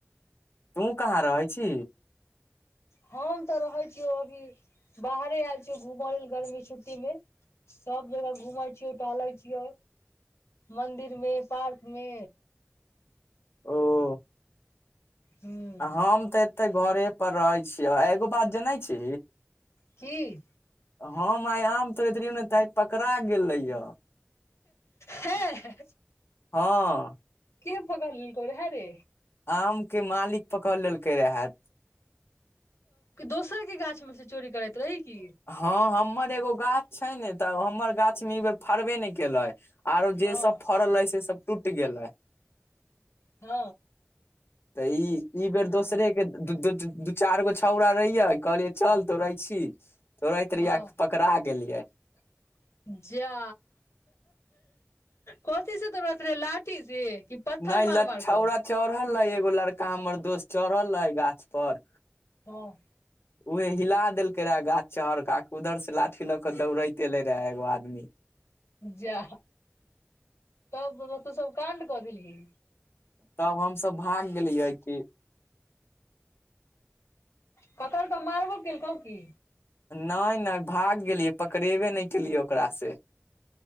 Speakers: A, on the left; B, on the left.
A: तू कहाँ रहै छी।
B: हम तऽ रहे छियो अभी बाहरे आयल छिय घूम लेल गर्मी छुट्टी मे सभ जगह घुम छियै टहले छियै मंदिर मे पार्क मे
A: ओ।
B: हूँ
A: हम तऽ एते घरे पर रहै छियै एगो बात जनै छी।
B: कि
A: हम आइ आम थोड़ेत रहिौ ने तऽ आइ पकड़ा गेले य
B: हँ।
A: ह
B: के पकार करे ह रे
A: आम के मालिक पकड़ लेलकै रहै।
B: दोसर के गाछ मे से चोरी करैत रही कि
A: ह हमर एगो गाछ छै ने तऽ हमर गाछ मे ई बेर फरबे ने केले आरो जे
B: हँ
A: सभ फड़ल है से सभ टूटि गेल है
B: ह
A: त ई। इ बेर दोसरे के दू चारि गो छौरा रहिये कहलिये चल तो रहे छी तोड़ैत
B: हँ
A: रहिया पकड़ा गेलियै
B: <inaudible> जा कोथी से तोराति लाठी से पत्थर
A: नहि
B: मार
A: ल
B: मार
A: छौड़ा
B: कऽ
A: चढ़ल रहे एगो लड़का हमर दोस्त चढ़ल रहे गाछ पर।
B: हँ।
A: उह हिला देलकै रहे गाछ चहर क उधर से लाठी लऽ के दौड़ेत एले द एगो आदमी।
B: जा त तू सभ कंन्द कऽ देल्ही
A: तब हमसभ भाग गेलियै कि
B: पकर के मर्बो कल्को कि
A: नहि नहि भाग गेलियै पकड़ेबे नहि केलियै ओकरा से।